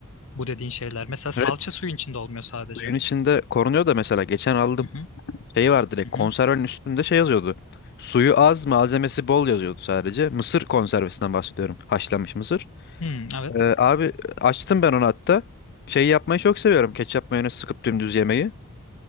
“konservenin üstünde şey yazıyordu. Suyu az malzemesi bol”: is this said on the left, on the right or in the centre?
Left